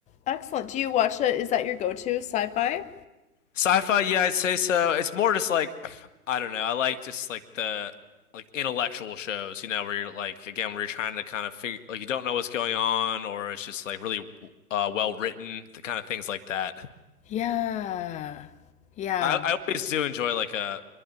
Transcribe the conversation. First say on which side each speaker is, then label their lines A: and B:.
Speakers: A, on the left (about 15°); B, on the left (about 55°).
A: excellent. Do you watch it? Is that your go-to sci-fi?
B: Sci-fi, yeah, I'd say so. It's more just like I don't know. I like just like the like intellectual shows, you know, where you're like again, where you're trying to kind of figure like you don't know what's going on, or it's just like really uh, well written, the kind of things like that.
A: Yeah. Yeah.
B: I, I always do enjoy like a